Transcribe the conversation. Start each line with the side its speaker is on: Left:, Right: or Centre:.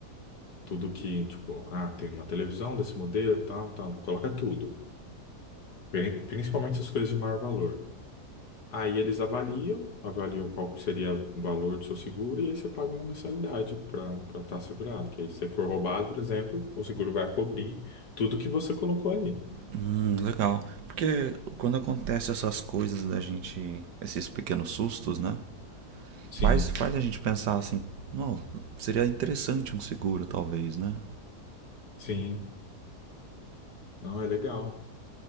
Left: tudo que, tipo, ah, tem uma televisão desse modelo, tal, tal, coloca tudo. Pri- Principalmente as coisas de maior valor. Aí eles avaliam, avaliam qual que seria o valor do seu seguro e aí você paga uma mensalidade para para estar segurado. Que aí se você for roubado, por exemplo, o seguro vai cobrir tudo que você colocou ali.
Right: Hum, legal. Porque quando acontece essas coisas da gente, esses pequenos sustos, né?
Left: Sim,
Right: Faz, faz a gente pensar assim, não, seria interessante um seguro, talvez, né?
Left: sim. Não, é legal,